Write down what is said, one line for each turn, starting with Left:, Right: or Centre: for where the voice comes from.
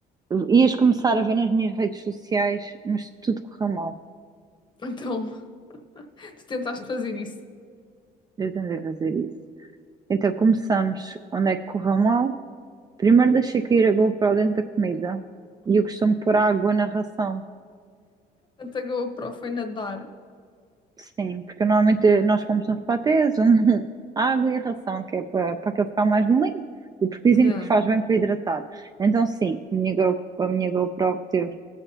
Right: ias começar a ver nas minhas redes sociais, mas tudo correu mal.
Left: Então, <laughs> tu tentaste fazer isso.
Right: Eu tentei fazer isso. Então começamos onde é que correu mal. Primeiro deixei cair a GoPro dentro da comida. E eu costumo pôr água na ração.
Left: Tanto a GoPro foi nadar.
Right: Sim, porque normalmente nós pomos uns patês, um, <laughs> água e a ração, que é para para aquele ficar mais molinho. E porque dizem
Left: Yeah.
Right: que faz bem para hidratar. Então sim, a minha, Go- a minha GoPro teve